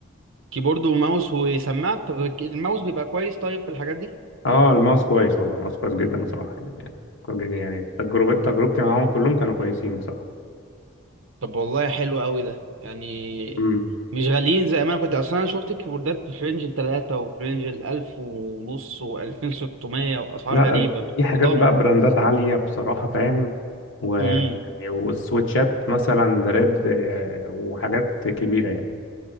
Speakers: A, on the right (about 65°); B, on the left (about 55°).
A: كيبورد وماوس وسماعه طب الك- الماوس بيبقى كويس طيب في الحاجات دي
B: اه الماوس كويس والله الماوس كويس جدا بصراحة يعني يعني يعني تجربة تجربتي معاهم كلهم كانوا كويسين بصراحة
A: طب والله حلو قوي ده يعني
B: مم.
A: مش غاليين زي ما انا كنت اصلا انا شفت الكيبوردات في رينج التلاتة وفي رينج الالف ونص والفين ستمية واسعار
B: لا
A: غريبة
B: دي حاجات
A: ضم
B: بقى براندات عالية بصراحة فاهم و... يعني
A: امم
B: والسويتشات مثلا ريد آه، وحاجات كبيرة يعني